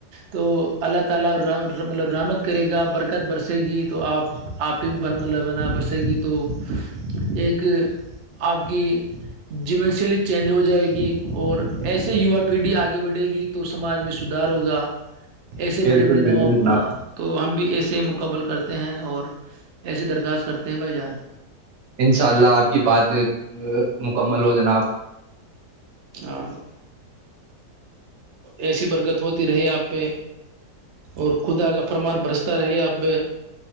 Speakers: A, on the right; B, on the right.
A: تو اللہ تعالی مطلب رحمت کرے گا برکت برسے گی تو آپ آپ پہ بھی برملاوانہ برسے گی تو ایک آپ کی جیم چلیے چینج ہو جائے گی اور ایسے ووا پیڑھی آگے بڑھے گی تو سماج میں سدھار ہوگا ایسے
B: بالکل
A: بڑے بڑے نواب
B: بالکل جناب
A: تو ہم بھی ایسے مقابل کرتے ہیں اور ایسی درخواست کرتے ہیں بھائی جان
B: انشاء اللہ آپ کی بات مکمل ہو جناب
A: ہاں <unintelligible> ایسی برکت ہوتی رہے آپ پہ اور خدا کا فرمان برستا رہے آپ پہ